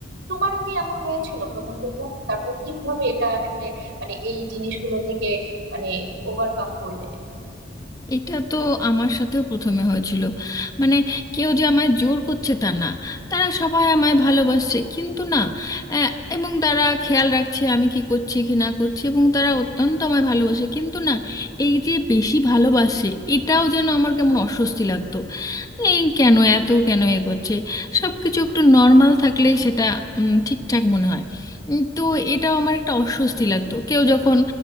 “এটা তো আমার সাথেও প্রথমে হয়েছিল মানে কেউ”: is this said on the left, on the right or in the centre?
Left